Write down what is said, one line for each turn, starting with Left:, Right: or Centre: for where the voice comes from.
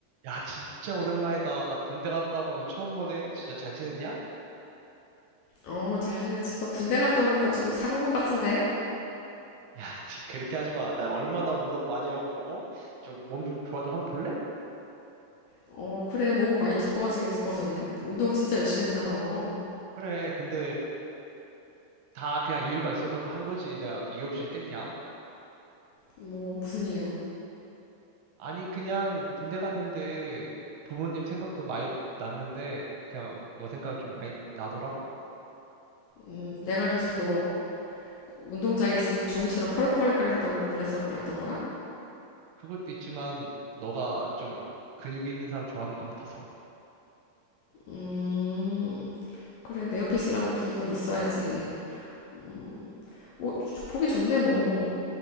Right: 야, 진짜 오랜만이다. 나 군대 갔다 오고 와서 처음 보네. 진짜 잘 지냈냐?
Left: 어, 잘 지냈지. 너 군대 갔다 오니까 좀 사간 것 같은데?
Right: 야, 지- 그렇게 하지 마. 나 얼마나 운동 많이 하고, 어? 좀 몸 좀 좋아 좀 한번 볼래?
Left: 어, 그래. 몸은 많이 두꺼워지긴 두꺼워졌네. 운동 진짜 열심히 했나 봐, 너.
Right: 그래, 근데 다 그냥 이유가 있어서 한 거지. 내가 그 이유 없이 했겠냐?
Left: 뭐, 무슨 이유?
Right: 아니, 그냥 군대 갔는데 부모님 생각도 많이 났는데 그냥 너 생각 좀 많이 나더라고.
Left: 음, 내가 계속 너 운동장에 있으면 종이처럼 펄럭펄럭 거린다고 그래서 그랬던 거야?
Right: 그것도 있지만 너가 좀 근육이 있는 사람 좋아하는 것 같아서.
Left: 음, 그래. 내 옆에 있으려면 근육은 있어야지. 음, 뭐, 저- 보기 좋은데, 뭐.